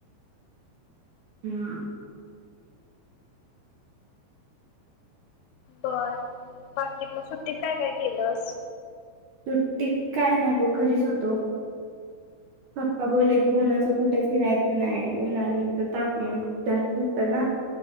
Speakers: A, on the right (about 70°); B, on the left (about 80°).
A: हम्.
B: बर बाकी मग सुट्टीत काय काय केलस?
A: सुट्टी त काय नाही बघ घरीच होतो. पप्पा बोलले की उन्हाचं कुठे फिरायचं नाही उन्हाच तापमान खूप जास्त होत ना.